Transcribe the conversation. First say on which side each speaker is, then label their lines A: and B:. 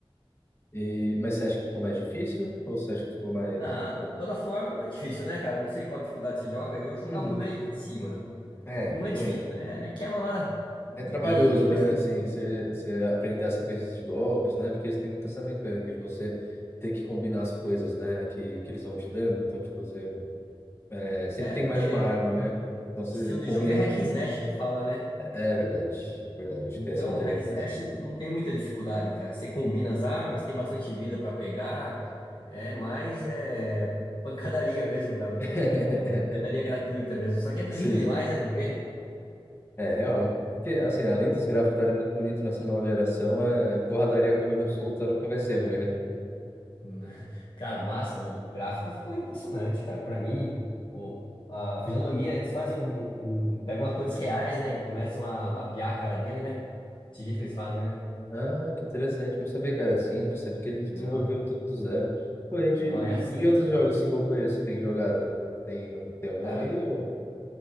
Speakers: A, on the left; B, on the left.
A: E, mas você acha que ficou mais difícil? Ou você acha que ficou mais.
B: Não, God of War não é difícil, né, cara? Não sei qual dificuldade você joga. Eu jogava
A: Uhum.
B: do médio pra cima.
A: É,
B: Não é
A: também.
B: difícil, né? É aquela lá, bem,
A: É trabalhoso,
B: bem mais.
A: né? Assim, você, você aprender as sequências de golpes, né? Porque eles têm muito essa mecânica de você ter que combinar as coisas, né? Que, que eles vão te dando. Então, tipo, você. é, sempre
B: É,
A: tem
B: porque
A: mais de uma arma, né? Então, você
B: Estilo
A: combina.
B: de jogo é hack and slash que fala, né?
A: É, é verdade. É verdade. Acho
B: Então,
A: que esse é o termo
B: hack
A: mesmo.
B: and slash não tem muita dificuldade, cara. Você combina as armas, tem bastante vida pra pegar. É mais é, pancadaria mesmo, cara. O,
A: <laughs>
B: o- pancadaria gratuita mesmo. Só que é lindo
A: Sim.
B: demais, né, de ver.
A: É, real. Porque, assim, além dos gráficos estarem muito bonitos nessa nova geração, é porradaria comendo solta nunca vai ser ruim, né?
B: Hum, <laughs> Cara, massa. O gráfico ficou impressionante, cara. Pra mim, o, a fisionomia, eles fazem um, um- Pegam atores reais, né? E começam a mapear a cara dele, né? Desse jeito que eles fazem, né?
A: Ah, que interessante. Não sabia que era assim. Eu percebi que eles
B: Não,
A: desenvolviam tudo do zero. Pô, e, de...
B: não, é assim.
A: e outros jogos single player você tem jogado? Tem, tem algum
B: Cara,
A: aí? Ou...